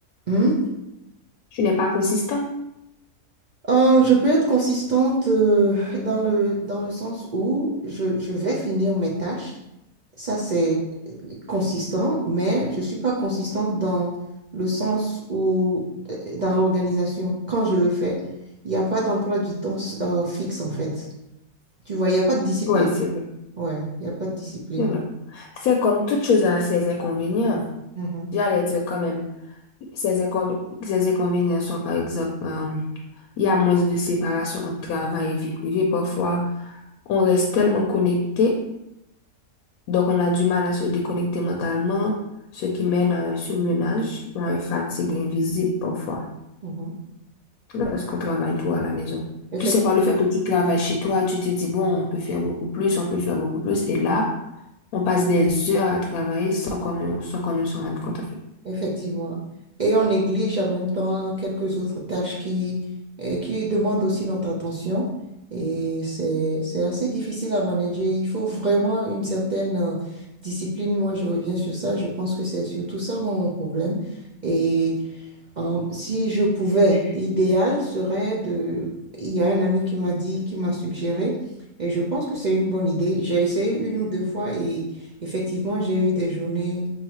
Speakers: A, on the right; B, on the left.
A: Hmm?
B: Tu n'es pas consistant.
A: Euh, je peux être consistante euh, dans le, dans le sens où je, je vais finir mes tâches, Ça, c'est consistant, mais je suis pas consistante dans le sens où, euh, dans l'organisation, quand je le fais, il n'y a pas d'emploi du temps euh, fixe, en fait. Tu vois, il n'y a pas de discipline.
B: Ouais, c'est vrai,
A: Ouais, il n'y a pas de discipline.
B: c'est vrai. C'est comme toute chose à ses inconvénients.
A: Mhm,
B: J'allais dire quand même. Ces incon- ces inconvénients sont, par exemple, euh, il y a moins de séparation entre travail et vie privée. Parfois, on reste tellement connecté, donc on a du mal à se déconnecter mentalement, ce qui mène à un surmenage ou à une fatigue invisible parfois
A: mhm.
B: lorsqu'on travaille trop à la maison.
A: Effectivement.
B: Tu sais, par le fait que tu travailles chez toi, tu te dis, bon, on peut faire beaucoup plus, on peut faire beaucoup plus. Et là, on passe des heures à travailler sans qu'on ne, sans qu'on ne se rende compte, en fait.
A: Effectivement. Et on néglige en même temps quelques autres tâches qui, euh, qui demandent aussi notre attention. Et c'est, c'est assez difficile à manager. Il faut vraiment une certaine euh, discipline. Moi, je reviens sur ça. Je pense que c'est surtout ça, moi, mon problème. Et euh, si je pouvais, l'idéal serait de... Il y a un ami qui m'a dit, qui m'a suggéré, et je pense que c'est une bonne idée. J'ai essayé une ou deux fois et effectivement, j'ai eu des journées